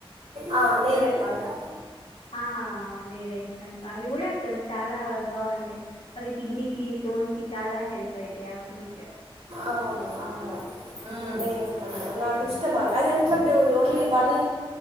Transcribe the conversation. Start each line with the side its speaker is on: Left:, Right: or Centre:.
Right: ఆ, నేరేడు పండు
Left: ఆ నేరేడు అవి కూడా చాలా బాగుంటాయి అవి కిడ్నీ కి స్టోన్స్ కి చాలా హెల్ప్ అయితాయి ఆ ఫ్రూట్
Right: అవును అవును మ్మ్. నేరేడు పండు నాకు ఇష్టం అవి అది ఎందుకంటే ఓన్లీ వన్